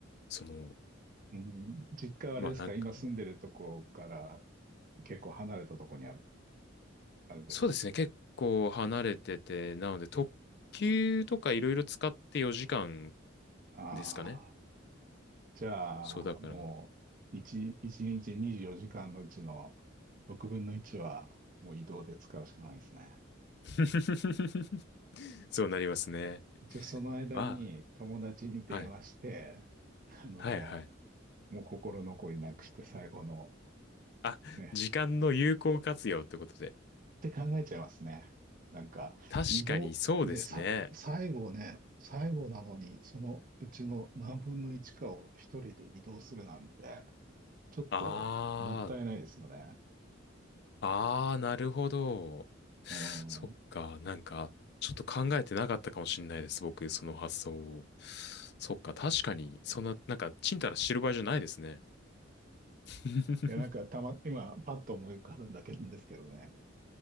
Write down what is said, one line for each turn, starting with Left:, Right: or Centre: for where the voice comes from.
Left: その、
Right: うん、実家はあれですか、
Left: まあなんか、
Right: 今住んでるとこから結構離れたとこにある、あるんですか。
Left: そうですね。結構離れてて、なので特急とかいろいろ使って4時間
Right: ああ、
Left: ですかね。
Right: じゃあ、
Left: そうだから。
Right: もう、一一日24時間のうちの6分の1は、もう移動で使うしかないですね。
Left: <laughs> そうなりますね。
Right: じゃあ、その間に友達に電話して、
Left: まあ、はい。
Right: あの、
Left: はいはい。
Right: もう心残りなくして最後の
Left: あ、
Right: ね、
Left: 時間の有効活用ってことで。
Right: って考えちゃいますね。なんか、
Left: 確かにそうですね。
Right: 移動、ね、さ、最後ね、最後なのに、そのうちの何分の1かを一人で移動するなんて、ちょっともったいないですよね。
Left: ああ、ああ、なるほど。そっか、
Right: うん。い
Left: なんか、ちょっと考えてなかったかもしれないです。僕、その発想を。そっか、確かに、そんな、なんか、ちんたら知る場合じゃないですね。<laughs>
Right: や、なんかたま、今、パッと思い浮かぶんだけなんですけどね。